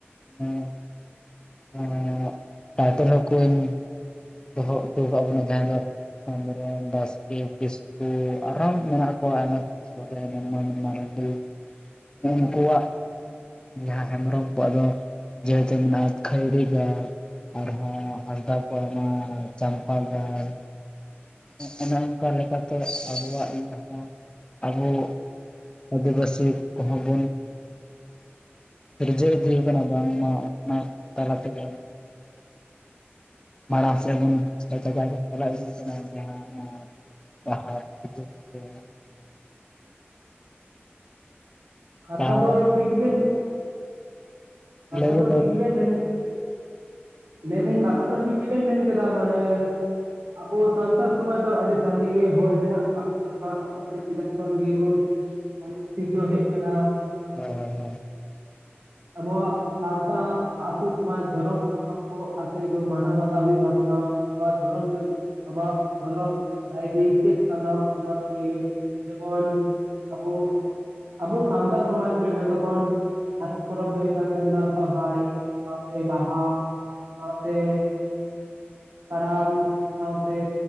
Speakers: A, on the left; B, on the right.
A: ᱦᱮᱸ ᱮᱸ ᱴᱟᱭᱴᱮᱞ ᱦᱚᱸᱠᱩᱧ ᱫᱚᱦᱚ ᱦᱚᱴᱚ ᱟᱠᱟᱫ ᱵᱚᱱᱟ᱾ ᱡᱟᱦᱟᱸ ᱫᱚ ᱾ ᱦᱮᱢᱵᱨᱚᱢ ᱵᱟᱥᱠᱮ ᱠᱤᱥᱠᱩ ᱟᱨᱦᱚᱸ ᱢᱮᱱᱟᱜ ᱠᱚᱣᱟ ᱟᱭᱢᱟ ᱨᱚᱠᱚᱢ ᱥᱚᱨᱮᱱ <inaudible> ᱢᱟᱨᱰᱤ <inaudible> ᱾ ᱡᱟᱦᱟᱸ ᱦᱮᱢᱵᱨᱚᱢ ᱠᱚᱣᱟᱜ ᱫᱚ ᱡᱮᱦᱮᱛᱤ <inaudible> ᱢᱮᱱᱟᱜᱼᱟ ᱠᱷᱟᱭᱨᱤ ᱜᱟᱲ ᱟᱨᱦᱚᱸ ᱦᱟᱸᱥᱫᱟ ᱠᱚᱣᱟᱜ ᱚᱻ ᱪᱚᱢᱯᱟ ᱜᱟᱲ᱾ ᱚᱱᱮ ᱚᱱᱠᱟ ᱞᱮᱠᱟ ᱛᱮ ᱟᱵᱚᱣᱟᱜ ᱤᱭᱟᱹ ᱦᱚᱸ ᱟᱵᱚ ᱟᱹᱫᱤᱵᱟᱹᱥᱤ ᱠᱚᱦᱚᱸ ᱵᱚᱱ᱾ ᱡᱟᱹ <unintelligible> ᱠᱟᱱᱟ ᱵᱟᱝᱢᱟ ᱚᱱᱟ ᱛᱟᱞᱟ ᱛᱮᱜᱮ᱾ ᱢᱟᱲᱟᱝ ᱥᱮᱫ ᱵᱚᱱ ᱡᱟᱭᱜᱟ <unintelligible> ᱪᱟᱞᱟᱣ ᱤᱫᱤ ᱠᱟᱱᱟ ᱡᱟᱦᱟᱸ ᱚᱱᱟ ᱯᱟᱲᱦᱟᱹᱣ᱾ ᱦᱮᱸ᱾
B: ᱠᱟᱛᱷᱟ
A: ᱰᱟᱦᱟᱨ
B: ᱫᱚ ᱴᱷᱤᱠ ᱜᱮᱵᱤᱱ ᱠᱟᱛᱷᱟ
A: ᱞᱟᱹᱭᱵᱮᱱ
B: ᱫᱚ
A: ᱞᱟᱹᱭᱵᱮᱱ
B: ᱴᱷᱤᱠ ᱜᱮᱵᱮᱱ ᱢᱮᱱ ᱢᱮᱱᱫᱟᱹᱧ ᱠᱷᱟᱛᱟ ᱫᱚ ᱴᱷᱤᱠ ᱜᱮᱵᱮᱱ ᱢᱮᱱ ᱠᱮᱫᱟ ᱢᱟᱱᱮ᱾ ᱟᱵᱚ ᱥᱟᱱᱛᱟᱲ ᱥᱚᱢᱟᱡᱽ ᱫᱚ ᱟᱹᱰᱤ ᱥᱟᱸᱜᱮ ᱜᱮ ᱦᱚᱲ ᱢᱮᱱᱟᱜ ᱠᱟᱜ ᱵᱚᱱᱟ ᱾ ᱟᱵᱚ ᱟᱹᱰᱤ ᱥᱮᱫᱟᱭ ᱠᱷᱚᱱ ᱜᱮᱵᱚᱱᱚ <unintelligible> ᱦᱮᱡ ᱠᱟᱱᱟ᱾
A: ᱦᱮᱸ ᱦᱮᱸ ᱦᱮᱸ ᱾
B: ᱟᱵᱚᱣᱟᱜ ᱥᱟᱶᱛᱟ ᱟᱹᱛᱩ ᱥᱚᱢᱟᱡᱽ ᱡᱚᱱᱚᱢ ᱥᱟᱯᱟᱢ ᱠᱚ ᱠᱟᱛᱮᱫ ᱜᱮ ᱢᱟᱱᱟᱣ ᱵᱟᱛᱟᱣ ᱦᱩᱭᱩᱜ ᱛᱟᱵᱚᱱᱟ ᱾ ᱟᱵᱚᱣᱟᱜ ᱫᱷᱚᱨᱚᱢ ᱫᱚ ᱟᱵᱚᱣᱟᱜ ᱫᱷᱚᱨᱚᱢ ᱟᱭᱫᱤ ᱪᱮᱫ ᱠᱟᱱᱟ ᱚᱱᱟ ᱠᱚ ᱱᱤᱭᱮ᱾ ᱡᱮᱢᱚᱱ ᱟᱵᱩ᱾ ᱟᱵᱚ ᱥᱟᱱᱛᱟᱲ ᱥᱚᱢᱟᱡᱽ ᱨᱮ ᱡᱚᱛᱚᱠᱷᱚᱱ ᱢᱟᱨᱟᱝ ᱯᱚᱨᱚᱵ ᱫᱚ ᱦᱩᱭᱩᱜ ᱠᱟᱱ ᱛᱟᱵᱚᱱᱟ ᱥᱚᱨ ᱦᱟᱭ ᱥᱟᱶᱛᱮ ᱵᱟᱦᱟ ᱥᱟᱶᱛᱮ ᱠᱟᱨᱟᱢ ᱥᱟᱶᱛᱮ